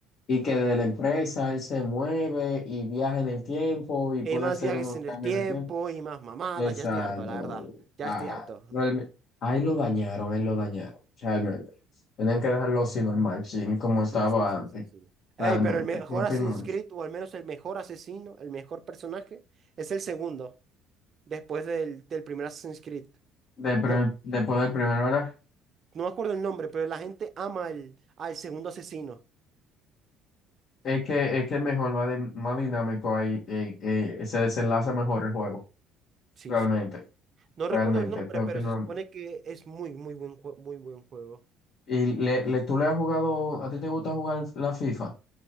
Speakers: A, on the left; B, on the right.
A: y que de la empresa él se mueve y viaja en el tiempo y
B: Eh,
A: puede
B: más
A: hacer
B: viajes
A: unos
B: en
A: cambios
B: el tiempo
A: en el tiempo.
B: y más mamadas,
A: Exacto.
B: ya estoy harto, la verdad. Ya
A: Ah,
B: estoy harto.
A: realme- ahí lo dañaron, ahí lo dañaron, realmente. Tenían que dejarlo así normal, chin, como estaba
B: Sí, sí, sí,
A: antes,
B: sí, sí. Ey,
A: realmente.
B: pero el mejor
A: ¿Qué opino
B: Assassin's
A: de
B: Creed,
A: eso?
B: o al menos el mejor asesino, el mejor personaje, es el segundo, después del, del primer Assassin's Creed.
A: De pri-
B: No,
A: después del primero, ¿verdad?
B: no me acuerdo el nombre, pero la gente ama al, al segundo asesino.
A: Es que es que mejor, más, di- más dinámico ahí, eh, eh, se desenlaza mejor el juego,
B: Sí,
A: realmente.
B: sí. No recuerdo
A: realmente.
B: el nombre,
A: yo
B: pero
A: opino
B: se supone
A: lo mismo.
B: que es muy, muy buen, jue- muy buen juego.
A: ¿Y le, le- tú le has jugado, a ti te gusta jugar la FIFA?